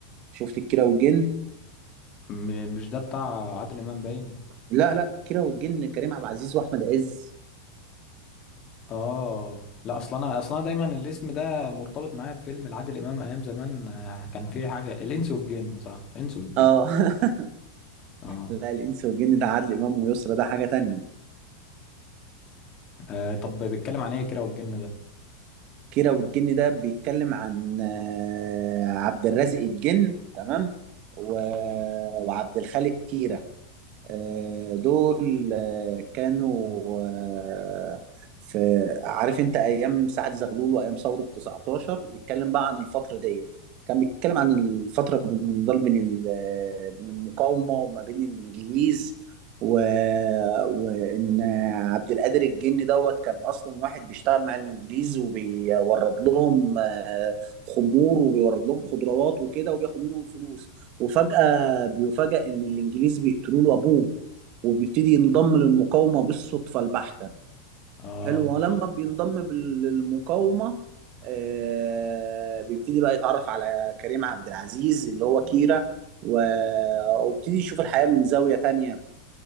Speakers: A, on the right; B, on the left.
A: شفت الكيرة والجن
B: م- مش ده بتاع عادل امام باين
A: لا لا الكيرة والجن كريم عبد العزيز واحمد عز
B: اه لا اصل انا اصل انا دايما الاسم ده مرتبط معايا بفيلم لعادل امام ايام زمان آه، كان فيه حاجه الانس والجن صح الانس والجن
A: اه <laughs>
B: اه,
A: لا الانس والجن ده عادل امام ويسرا ده حاجه تانية
B: آه طب بيتكلم عن ايه كده والجن ده
A: كيرة والجن ده بيتكلم عن آه، عبد الرازق الجن تمام و...
B: اه
A: وعبد الخالق كيرة آه، دول آه، كانوا آه، في عارف انت ايام سعد زغلول وايام ثوره 19 بيتكلم بقى عن الفتره دي كان بيتكلم عن الفتره بين ضل- بين ال- آه، بين المقاومه وما بين الانجليز و... وان عبد القادر الجني دوت كان اصلا واحد بيشتغل مع الانجليز وبيورد لهم آه، خمور وبيورد لهم خضروات وكده وبياخد منهم فلوس وفجأة بيفاجأ إن الإنجليز بيقتلوا له أبوه وبيبتدي ينضم للمقاومة بالصدفة البحتة
B: اه
A: حلو ولما بينضم بال- للمقاومة آه بيبتدي بقى يتعرف على كريم عبد العزيز اللي هو كيرا و... وبيبتدي يشوف الحياة من زاوية تانية